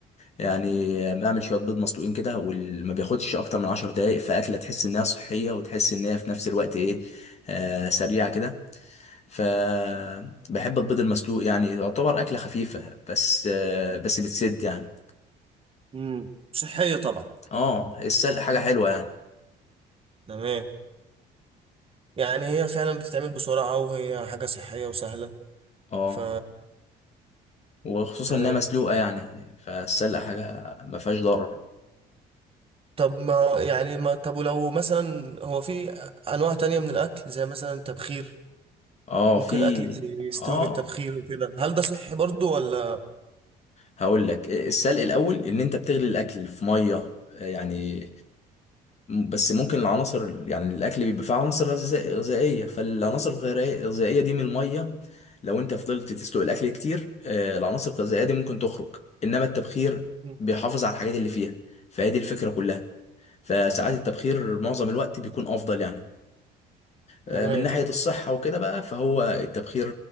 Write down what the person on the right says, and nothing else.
امم صحية طبعا
تمام يعني هي فعلا بتتعمل بسرعة وهي حاجة صحية وسهلة
ف
تمام
طب ما يعني ما طب ولو مثلا هو في انواع تانية من الاكل زي مثلا التبخير
ممكن
اكل يستوي
بالتبخير وكده هل ده صحي برضو ولا
مم.
تمام